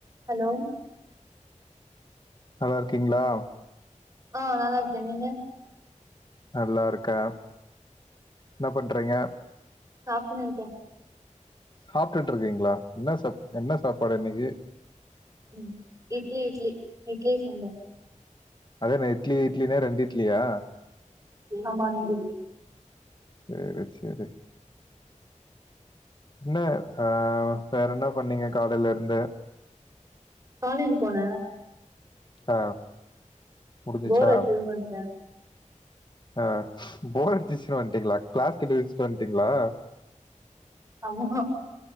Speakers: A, on the right; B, on the left.
A: Hello
B: நல்லா இருக்கீங்ளா
A: அ நல்லா இருக்கே நீங்க
B: நல்லா இருக்கே என்ன பண்றீங்க
A: சாப்ன்னு இருக்கே
B: சாப்ட்டுட்டு இருக்கீங்ளா என்ன சாப் என்ன சாப்பாடு இன்னிக்கி
A: ம் இட்லி இட்லி இட்லி சாம்பார்
B: அதென்ன இட்லி இட்லினா ரெண்டு இட்லியா
A: ஆமா நீங்க
B: செரி செரி என்ன ஆ வேற என்ன பண்ணீங்க காலேலருந்து
A: காலேஜ் போனே
B: ஆ முடிஞ்சிச்சா
A: போர் அடிச்சதுன்னு வந்துட்டே
B: ஆ போர் அடிச்சிச்சுன்னு வன்ட்டீங்ளா கிளாஸ் கட்டடிச்சிட்டு வன்ட்டீங்ளா
A: அமுகோ